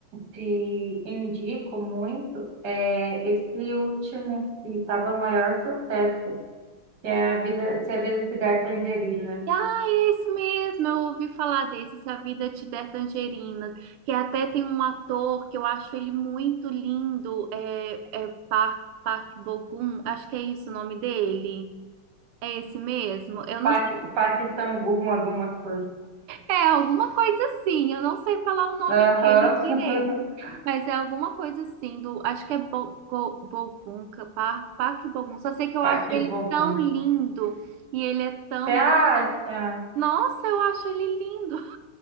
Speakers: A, on the right (about 55°); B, on the right (about 80°).
A: te indico muito é esse último, que estava maior sucesso. que é a vida, se a vida se der tangerina.
B: Ah, é isso mesmo, eu ouvi falar desse, Se a Vida Te Der Tangerinas, que até tem um ator que eu acho ele muito lindo, é, é Park, Park Bo-gum, acho que é isso o nome dele. É esse mesmo? Eu não
A: Paque,
B: sei.
A: paque sangum, alguma coisa.
B: É alguma coisa assim. Eu não sei falar o nome
A: Aham.
B: dele direito,
A: <laughs>
B: mas é alguma coisa assim do. Acho que é Bo- Go- Bogunca, Par- Parque Bogun. Só sei que eu
A: Paque
B: acho ele
A: bogum.
B: tão lindo e ele é tão.
A: Você acha?
B: Nossa, eu acho ele lindo.